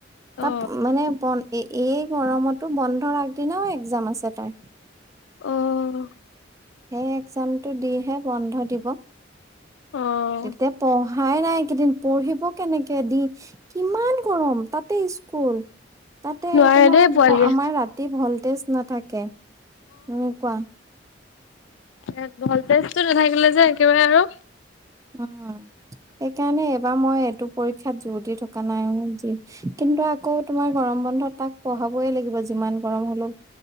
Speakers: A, on the right; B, on the left.
A: তাত
B: অ
A: মানে বন এ-এই গৰমতো, বন্ধৰ আগদিনাও এক্জাম আছে তাৰ।
B: অ'।
A: সেই এক্জামটো দিহে বন্ধ দিব।
B: অ'।
A: তেতিয়া <unintelligible> নাই এইকেইদিন পঢ়িব কেনেকে, দি কিমান গৰম। তাতে স্কুল, তাতে
B: নোৱাৰে
A: তোমাৰ
B: দেই পোৱালিয়ে
A: আমাৰ ৰাতি ভলটেজ নাথাকে। এনেকুৱা।
B: এ, ভলতেজটো নাথাকে যে একেবাৰে আৰু
A: উ, সেইকাৰণে এইবাৰ মই এইটোক পৰীক্ষাত জোৰ দি থকা নাই যি, কিন্তু আকৌ তোমাৰ গৰম বন্ধত তাক পঢ়াবই লাগিব যিমান গৰম হলেওঁ।